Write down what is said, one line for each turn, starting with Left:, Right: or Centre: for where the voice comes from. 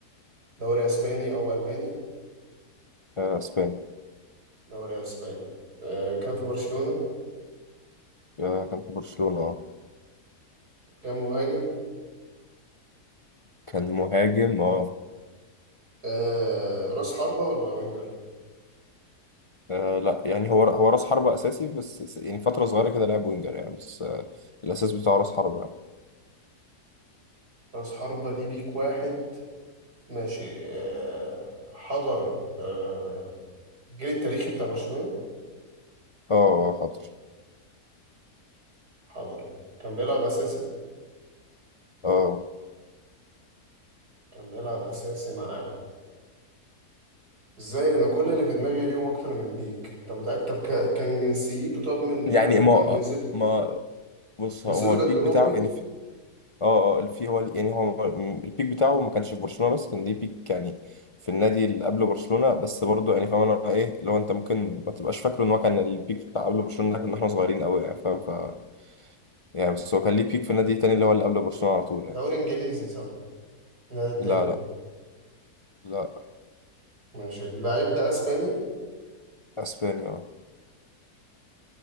Right: دوري اسباني او الماني
Left: آه، اسباني
Right: دوري اسباني آه كان في برشلونة
Left: آه كان في برشلونة اه
Right: كان مهاجم
Left: كان مهاجم اه
Right: آه راس حربة ولا وينجر
Left: آه لا يعني هو هو راس حربة أساسي بس س- يعني فترة صغيرة كده لعب وينجر يعني بس آه الأساس بتاعه راس حربة يعني
Right: راس حربة ليه بيك واحد ماشي آه حضر آه الجيل التاريخي بتاع برشلونة
Left: اه آه، حاضر
Right: حضر كان بيلعب اساسي
Left: اه
Right: كان بيلعب اساسي معاهم ازاي انا كل اللي في دماغي ليهم اكتر من بيك انت متأكد طب ك- كان جنسيته طب من
Left: يعني
Right: آه،
Left: ما
Right: كان
Left: آه،
Right: جنسيته
Left: ما بص
Right: جنسيته
Left: هو هو البيك
Right: كانت اوروبي
Left: بتاعه يعني في اه اه في هو يعني هو البيك بتاعه ما كانش في برشلونة بس كان ليه بيك يعني في النادي اللي قبل برشلونة بس برضه يعني فاهم انا ايه لو انت ممكن ما تبقاش فاكره ان هو كان البيك بتاع قبل برشلونة ده كنا احنا صغيرين قوي يعني فاهم ف يعني بس هو كان ليه بيك في النادي التاني اللي هو اللي قبل برشلونة على طول يعني
Right: دوري انجليزي صح النادي التاني
Left: لا لا لا
Right: ماشي اللعيب ده اسباني
Left: اسبانيا اه